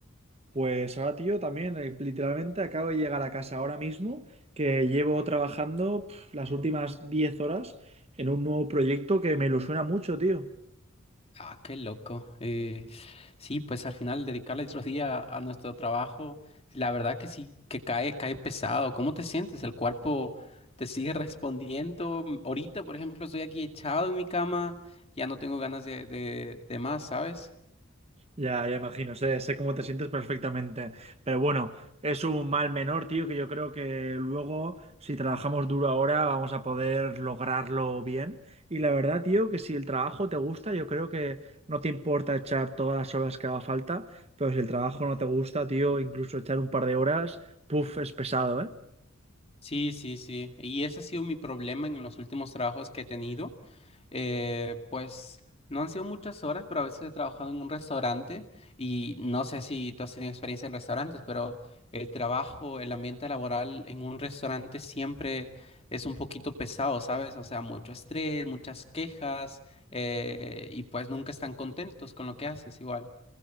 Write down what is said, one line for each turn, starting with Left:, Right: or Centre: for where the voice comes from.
Right: Pues ahora, tío, también, eh, literalmente acabo de llegar a casa ahora mismo, que llevo trabajando pf, las últimas 10 horas en un nuevo proyecto que me ilusiona mucho, tío.
Left: Ah, qué loco. Eh, sí, pues al final dedicarle otro día a a nuestro trabajo, la verdad que sí, que cae, cae pesado. ¿Cómo te sientes? ¿El cuerpo te sigue respondiendo? Mm, Ahorita, por ejemplo, estoy aquí echado en mi cama, ya no tengo ganas de, de de más, ¿sabes?
Right: Ya, ya imagino, sé, sé cómo te sientes perfectamente. Pero bueno, es un mal menor, tío, que yo creo que luego, si trabajamos duro ahora, vamos a poder lograrlo bien. Y la verdad, tío, que si el trabajo te gusta, yo creo que no te importa echar todas las horas que haga falta, pero si el trabajo no te gusta, tío, incluso echar un par de horas, puff, es pesado, ¿eh?
Left: Sí, sí, sí. Y ese ha sido mi problema en los últimos trabajos que he tenido. Eh, pues no han sido muchas horas, pero a veces he trabajado en un restaurante y no sé si tú has tenido experiencia en restaurantes, pero el trabajo, el ambiente laboral en un restaurante siempre es un poquito pesado, ¿sabes? O sea, mucho estrés, muchas quejas eh, y pues nunca están contentos con lo que haces igual.